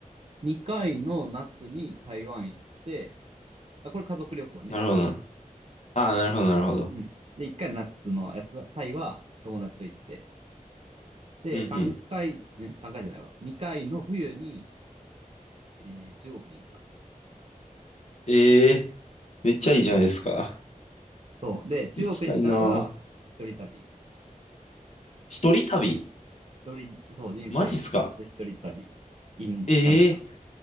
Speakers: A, on the right; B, on the left.
A: 2回の夏に台湾行って、あ、これ家族旅行ね。
B: なるほどな。ああ、なるほどなるほど。
A: うん。で、1回の夏のやつ、タイは友達と行って。で、
B: うんうん。
A: 3回、えさん ?3 回じゃないわ。2回の冬に、えー中国に行った。
B: ええめっちゃいいじゃないですか。
A: そう。で、中国行ったのが一人旅。
B: 行きたいな。一人旅
A: 一人、そう、人生初一人旅、
B: マジっすか
A: in
B: ええ
A: China。